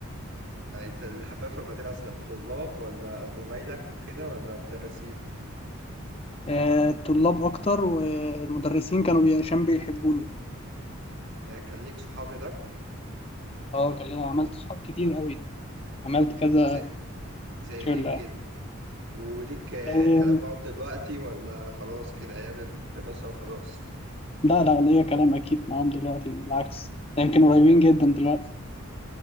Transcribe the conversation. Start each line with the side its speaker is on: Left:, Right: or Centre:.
Right: يعني انت اللي حباه في المدرسة الطلاب ولا زمايلك وكده ولا مدرسين
Left: آه، الطلاب أكتر والمدرسين كانوا بي- عشان بيحبوني
Right: يعني كان ليك صحاب هناك
Left: اه كان ليا عملت صحاب كتير أوي عملت كذا
Right: زي زي
Left: شلة
Right: مين كده وليك آه،
Left: آه،
Right: كلام معاهم دلوقتي ولا خلاص كده أيام الدراسة وخلاص
Left: لا لا ليا كلام أكيد معاهم دلوقتي بالعكس ده يمكن قريبين جدا دلوقتي